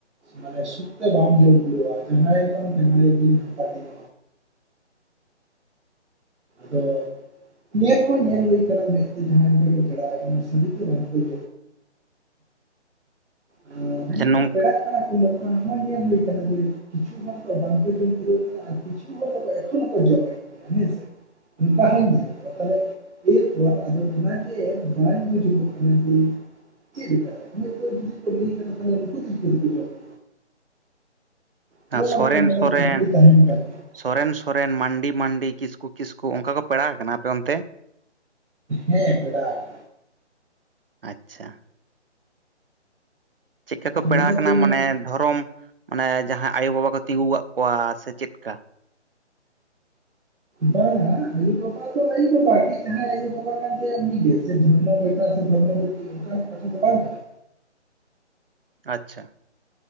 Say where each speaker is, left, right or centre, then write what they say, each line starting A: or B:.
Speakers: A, on the right (about 80°); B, on the right (about 55°).
A: ᱢᱟᱱᱮ ᱥᱩᱠᱛᱮ ᱵᱟᱢ ᱡᱚᱢ ᱡᱟᱦᱟᱸᱭ ᱵᱟᱝ ᱦᱩᱭᱩᱜᱼᱟ᱾ᱡᱟᱹᱦᱟᱭ ᱵᱟᱝ ᱡᱟᱦᱟᱭ ᱠᱤᱱ ᱦᱟᱯᱟᱴᱤᱧ ᱫᱚ ᱧᱮᱞ ᱦᱚᱸ ᱧᱮᱞ ᱦᱩᱭ ᱟᱠᱟᱱᱟ ᱡᱮᱦᱮᱛᱮ ᱡᱟᱦᱟᱸ ᱞᱮᱠᱟ ᱠᱚ ᱯᱮᱲᱟ ᱟᱠᱟᱱᱟ <inaudible> ᱟᱨ
B: ᱟᱪᱪᱷᱟ
A: ᱢᱤᱫᱴᱟᱱ
B: ᱱᱚᱝᱠᱟ
A: ᱯᱮᱲᱟᱜ ᱠᱟᱱᱟ ᱠᱚ ᱱᱚᱣᱟ ᱱᱚᱜ-ᱚᱭ ᱟᱠᱟᱱᱟ ᱡᱮ ᱠᱤᱪᱷᱩ ᱦᱚᱲ ᱫᱚ ᱵᱟᱝ ᱠᱚ ᱡᱚᱢ ᱯᱩᱨᱟᱹᱭ ᱫᱟ ᱾ ᱟᱨ ᱠᱤᱪᱷᱩ ᱦᱚᱲ ᱫᱚ ᱮᱠᱷᱚᱱ ᱦᱚᱸᱠᱚ ᱡᱚᱢᱟᱭ ᱜᱮᱭᱟ ᱦᱮᱸ ᱥᱮ ᱾ ᱱᱚᱝᱠᱟ ᱦᱚᱧ ᱧᱮᱞ ᱠᱮᱫᱟ ᱛᱟᱦᱚᱞᱮ ᱮᱨᱯᱚᱨ ᱟᱫᱚ ᱚᱱᱟ ᱜᱮ ᱵᱟᱝ ᱵᱩᱡᱩᱜᱚᱜ ᱠᱟᱱᱟ ᱡᱮ ᱪᱮᱜ ᱞᱮᱠᱟ ᱨᱮ ᱦᱚᱭ ᱛᱚ ᱡᱩᱫᱤ ᱠᱚ ᱞᱟᱹᱭ ᱪᱮᱫ ᱞᱮᱠᱟᱨᱮ ᱡᱚᱢ ᱾ ᱱᱚᱜᱼᱚ
B: ᱦᱟᱸ
A: ᱱᱚᱣᱟ
B: ᱥᱚᱨᱮᱱ-ᱥᱚᱨᱮᱱ
A: ᱢᱤᱫᱴᱟᱝ ᱢᱚᱱᱮᱨᱮ ᱠᱩᱠᱞᱤ ᱛᱟᱦᱮᱱ ᱠᱟᱱ ᱜᱮᱭᱟ
B: ᱥᱚᱨᱮᱱ-ᱥᱚᱨᱮᱱ ᱢᱟᱱᱰᱤ-ᱢᱟᱱᱰᱤ ᱠᱤᱥᱠᱩ-ᱠᱤᱥᱠᱩ ᱚᱱᱠᱟ ᱠᱚ ᱯᱮᱲᱟ ᱠᱟᱱᱟ ᱟᱯᱮ ᱚᱱᱛᱮ?
A: ᱦᱮᱸ ᱯᱮᱲᱟ ᱠᱟᱱᱟ᱾
B: ᱟᱪᱪᱷᱟ᱾ ᱪᱮᱜᱠᱟ
A: ᱟᱫᱚ
B: ᱠᱚ ᱯᱮᱲᱟ
A: ᱚᱱᱮ
B: ᱠᱟᱱᱟ
A: ᱛᱚᱧ
B: ᱢᱟᱱᱮ ᱫᱷᱚᱨᱚᱢ ᱢᱟᱱᱮ ᱡᱟᱦᱟᱸᱭ ᱟᱭᱳᱼᱵᱟᱵᱟ ᱠᱚ ᱛᱤᱸᱜᱩ ᱠᱟᱫ ᱠᱚᱣᱟ ᱥᱮ ᱪᱮᱫᱠᱟ?
A: ᱵᱟᱝ ᱟᱭᱳᱼᱵᱟᱵᱟ ᱫᱚ ᱟᱭᱳᱼᱵᱟᱵᱟ ᱜᱮ ᱡᱟᱦᱟᱸᱭ ᱟᱭᱳᱼᱵᱟᱵᱟ ᱠᱟᱱ ᱛᱟᱭᱟ ᱩᱱᱤ ᱜᱮ ᱥᱮ ᱫᱷᱚᱨᱢᱚ ᱵᱮᱴᱟ ᱥᱮ ᱫᱷᱚᱨᱢᱚ ᱵᱯᱴᱤ ᱚᱱᱠᱟᱱ ᱠᱟᱛᱷᱟ ᱫᱟ ᱵᱟᱝ ᱠᱟᱱᱟ᱾
B: ᱟᱪᱪᱷᱟ᱾